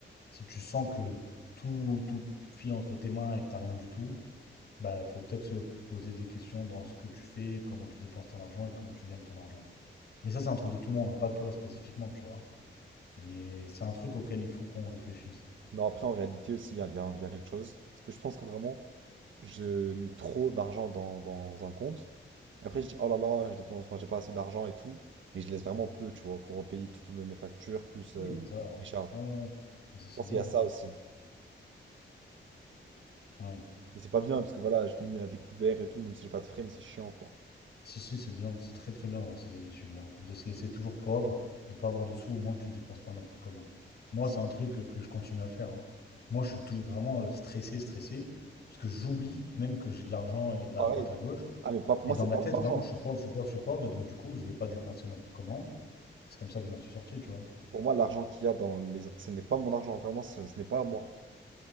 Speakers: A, on the left; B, on the right.
A: Si tu sens que tout, tout, tout file entre tes mains et que t'as rien du tout, Bah, faut peut-être se poser des questions dans ce que tu fais, comment tu dépenses ton argent et comment tu gagnes ton argent. Mais ça, c'est un truc de tout le monde, hein, pas toi spécifiquement, tu vois. Mais c'est un truc auquel il faut qu'on réfléchisse.
B: Non, après, en réalité aussi, il y a, il y a- il y a quelque chose. Parce que je pense que vraiment, je mets trop d'argent dans, dans un compte. Et après, je dis, oh là là, je dépense, enfin, j'ai pas assez d'argent et tout. Mais je laisse vraiment peu, tu vois, pour payer toutes mes factures plus
A: Oui.
B: euh,
A: Ça, ouais,
B: les charges.
A: ouais. ouais. Mais
B: Je
A: Ça, c'est
B: pense
A: bien.
B: qu'il y a ça aussi.
A: Ouais.
B: Mais c'est pas bien parce que voilà, je finis à découvert et tout, même si j'ai pas de frais, mais c'est chiant, quoi.
A: Si, si, c'est bien. C'est très, très bien d'avoir ces habitudes-là. De se laisser toujours pauvre, de pas avoir de sous, au moins tu dépenses pas n'importe comment. Moi,
B: Et c'est
A: c'est un truc euh, que je continue à faire. hein. Moi, je suis toujours vraiment euh, stressé, stressé, parce que j'oublie même que j'ai de l'argent et d'à
B: pareil.
A: droite à gauche.
B: Ah, mais pas, pour
A: Et
B: moi,
A: dans
B: c'est
A: ma
B: pas
A: tête,
B: mon
A: vraiment,
B: argent.
A: je suis pauvre, je suis pauvre, je suis pauvre. Et donc, du coup, je vais pas dépenser n'importe comment. C'est comme ça que je m'en suis sorti, tu vois.
B: Pour moi, l'argent qu'il y a dans les autres, ce n'est pas mon argent, vraiment, ce, ce n'est pas à moi.